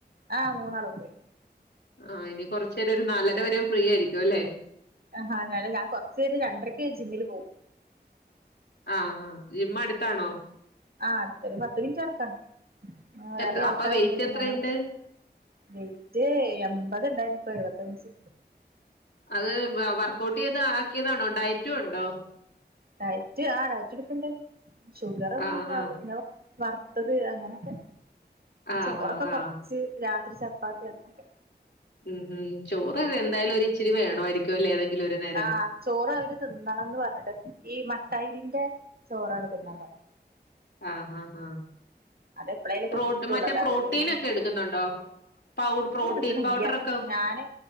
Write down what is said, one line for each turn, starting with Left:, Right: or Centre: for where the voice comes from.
Right: ആഹ് മൂന്നാള് പോയി
Left: ആഹ് ഇനി കുറച്ചു നേരം ഒരു നാലര വരെയും ഫ്രീ ആയിരിക്കും അല്ലേ?
Right: ആഹ് ഹാ അല്ല ഞാൻ കുറച്ചയിഞ്ഞ് രണ്ടരക്ക് ജിമ്മില് പോവും.
Left: ആഹ് ആഹ് ജിം അടുത്താണോ?
Right: ആഹ് അടുത്തൊരു പത്ത് മിനിറ്റ് നടക്കാന്ണ്ട്. വേറെയും
Left: എത്ര അപ്പൊ
Right: ആൾക്കാരുണ്ട്.
Left: വെയിറ്റ് എത്രയുണ്ട്
Right: ഞങ്ങള് വെയിറ്റ് എമ്പത്ണ്ടായിര്ന്ന്. ഇപ്പൊ എഴുപത്തഞ്ച്.
Left: അത് വർക്കഔട്ട് ചെയ്ത് ആക്കിയതാണോ ഡയറ്റും ഉണ്ടോ?
Right: ഡയറ്റ് ആ ഡയറ്റ് എടുക്കണ്ട് ഷുഗർ ഒന്നും
Left: ആഹ്
Right: ഉണ്ടാവല്ല
Left: ആഹ്
Right: പിന്ന. വറുത്തത് അങ്ങനെയൊക്കെ
Left: ആഹ്
Right: ചോറൊക്കെ
Left: ആഹ്
Right: കൊറച്ച്
Left: ആഹ്
Right: രാത്രി ചപ്പാത്തി അങ്ങനെയൊക്കെ.
Left: ഉം ഉം ചോറ് ഇ എന്തായാലും ഒ ഇച്ചിരി വേണമായിരിക്കും അല്ലേ ഏതെങ്കിലും ഒരു നേരം.
Right: ആഹ് ചോറ് അവര് തിന്നണംന്ന് പറഞ്ഞിട്ട് ഈ മട്ടായിരിന്റെ ചോറാണ് തിന്നാ പറഞ്ഞത്.
Left: ആ ആ ആ
Right: അത് എപ്പളേലൊക്കെ
Left: പ്രോ
Right: കിട്ടുള്ളൂ
Left: മറ്റേ
Right: അതാള്ളത്
Left: പ്രോട്ടീൻൊക്കെ എടുക്കുന്നുണ്ടോ? പൗഡ് പ്രോട്ടീൻ
Right: എടുക്കണില്ല
Left: പൗഡർ ഒക്കോ?
Right: ഞാന്